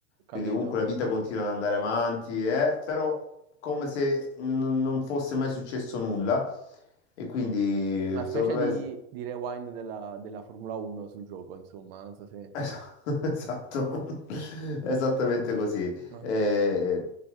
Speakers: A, on the right (about 55°); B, on the left (about 75°).
A: capito.
B: quindi comunque la vita continua ad andare avanti, eh, però come se n- non fosse mai successo nulla e quindi
A: Una specie
B: secondo me
A: di,
B: s-
A: di rewind della, della Formula 1 sul gioco, insomma, non so se...
B: Es- <laughs> Esatto, <laughs> esattamente così.
A: Ok,
B: Eh,